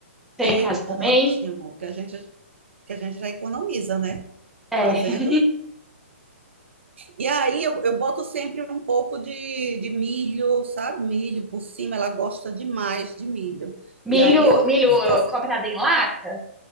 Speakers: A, in the centre; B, on the right.
A: Tem
B: tem,
A: em casa também.
B: ótimo, que a gente, que a gente já economiza, né?
A: É.
B: Fazendo. E aí eu, eu boto sempre um pouco de, de milho, sabe? Milho por cima, ela gosta demais de milho.
A: Milho,
B: E aí eu
A: milho eh,
B: tô,
A: comprado em lata?